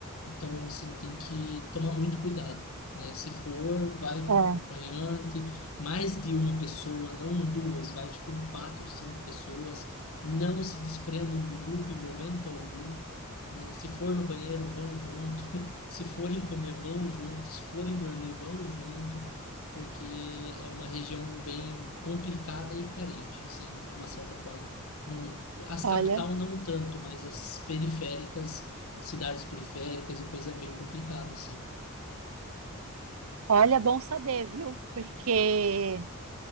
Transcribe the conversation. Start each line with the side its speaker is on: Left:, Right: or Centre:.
Left: Então você tem que tomar muito cuidado, né? Se for, vai
Right: É.
Left: com um acompanhante, mais de uma pessoa, não duas, vai tipo em quatro, cinco pessoas. Não se desprendam do grupo em momento algum, né? Se for no banheiro, vão junto. <laughs> Se forem comer, vão junto. Se forem dormir, vão junto, porque é uma região bem complicada e carente, assim, de uma certa forma. Não, as
Right: Olha.
Left: capital não tanto, mas as periféricas cidades periféricas, e coisa é bem complicado, assim.
Right: Olha, é bom saber, viu? Porque